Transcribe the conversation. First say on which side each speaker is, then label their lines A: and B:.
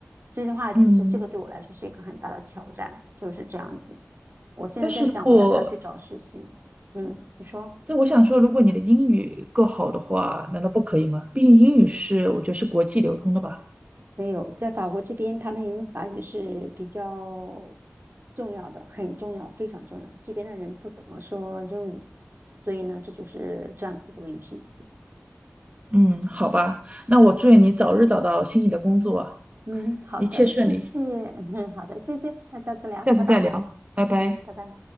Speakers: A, on the right; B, on the right.
A: 所以的话，其实这个对我来说是一个很大的挑战，
B: 嗯，
A: 就是这样子。我现在在想，
B: 但是如果
A: 我要不要去找实习？嗯，你说。
B: 但我想说，如果你的英语够好的话，难道不可以吗？毕竟英语是我觉得是国际流通的吧。
A: 没有，在法国这边，他们法语是比较重要的，很重要，非常重要。这边的人不怎么说英语，所以呢，这就是这样子的问题。
B: 嗯，好吧，那我祝愿你早日找到心仪的工作，
A: 嗯，好的，
B: 一切顺利，
A: 谢谢，<laughs> 好的，谢谢，那下次聊，
B: 下次再聊，
A: 拜拜。
B: 拜拜。
A: 嗯，拜拜。